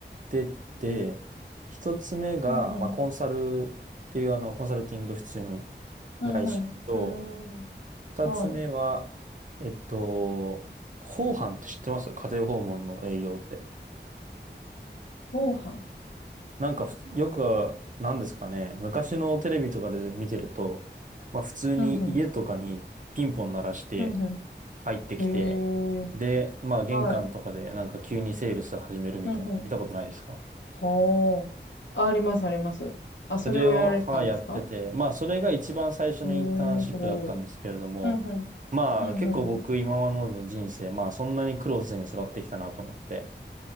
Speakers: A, on the right; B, on the left.
A: てて、1つ目が、
B: うんうん。
A: まあ、コンサルっていうあの、コンサルティング普通に
B: うんうん。
A: 会社と、
B: うーん。
A: 2つ目は、
B: はい。
A: えっと、訪販って知ってます家庭訪問の営業って。
B: ご飯。
A: なんかふつ、よく、なんですかね、昔のテレビとかで見てると、まあ普通に家とかにピンポン鳴らして
B: うんうん。うんう
A: 入ってきて、
B: ん。へえ。
A: で、まあ玄関とかでなんか急にセールス始めるみたいな、
B: はい。うんうん。
A: 見たことないですか
B: はあ。ありますあります。あ、
A: それを、
B: それをやられてたんですか
A: はい、やってて、まあそれが一番最初のインターンシップだったんですけれども、
B: へえ、すごい。うんうん。
A: まあ結構僕今までの人生、
B: うんうんうん。
A: まあそんなに苦労せずに育ってきたなと思って、